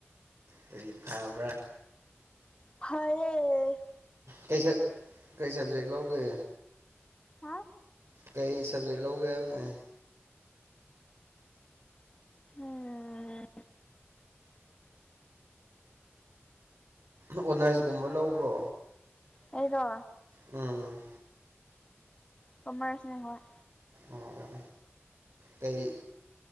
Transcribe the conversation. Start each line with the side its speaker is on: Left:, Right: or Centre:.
Right: ꯀꯔꯤ ꯐꯥꯕ꯭ꯔꯥ
Left: ꯐꯔꯦ
Right: ꯀꯩ ꯁ ꯀꯩ ꯁꯕꯖꯦꯛ ꯂꯧꯒꯦ
Left: ꯍꯥ
Right: ꯀꯩ ꯁꯕꯖꯦꯛ ꯂꯧꯧꯒꯦ ꯑꯅꯦ
Left: ꯎꯝ
Right: ꯑꯣꯅꯔꯁꯀꯨꯝꯕ ꯂꯧꯕ꯭ꯔꯣ
Left: ꯑꯩꯗꯣ
Right: ꯎꯝ
Left: ꯀꯃꯔꯁꯅꯦ ꯍꯣꯣꯏ
Right: ꯑꯣ ꯀꯩ